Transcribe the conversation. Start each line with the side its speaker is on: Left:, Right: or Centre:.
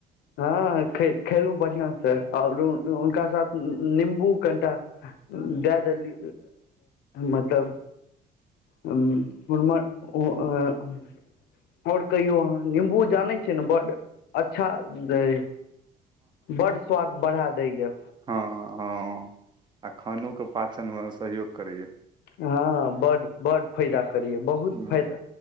Left: हाँ खे खेलहुं बढ़िया से आऔर हुनका साथ नीबू कनिटा। दाए देली मतलब। उर मर उ आ ओ। और कहियो अहाँ निबू जाने छियै ने बड अच्छा। दै बड स्वाद बढ़ा दै या।
Right: हाँ हाँ आ खानो के पाचनमे सहयोग करैय।
Left: हाँ बड बड फायदा करैय बहुत
Right: हूँ
Left: फैदा